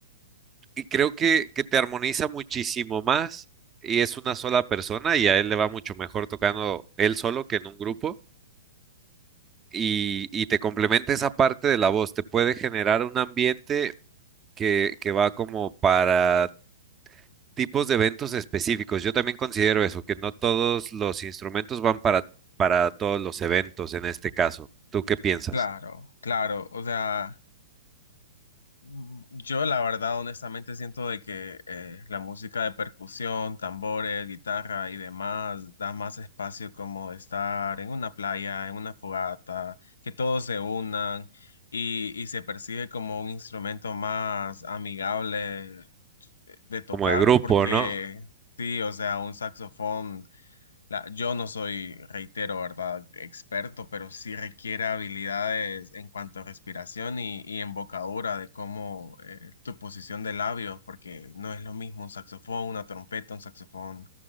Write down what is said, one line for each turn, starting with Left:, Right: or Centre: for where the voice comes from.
Right: Y creo que, que te armoniza muchísimo más y es una sola persona y a él le va mucho mejor tocando él solo que en un grupo. Y, y te complementa esa parte de la voz, te puede generar un ambiente que, que va como para tipos de eventos específicos. Yo también considero eso, que no todos los instrumentos van para, para todos los eventos en este caso. ¿Tú qué piensas?
Left: Claro, claro, o sea... Mm, Yo la verdad, honestamente, siento de que eh, la música de percusión, tambores, guitarra y demás da más espacio como de estar en una playa, en una fogata, que todos se unan y, y se percibe como un instrumento más amigable de tocar,
Right: Como de grupo,
Left: porque
Right: ¿no?
Left: sí, o sea, un saxofón. La- yo no soy, reitero, ¿verdad? Experto, pero sí requiere habilidades en cuanto a respiración y, y embocadura de cómo eh, tu posición de labios, porque no es lo mismo un saxofón, una trompeta, un saxofón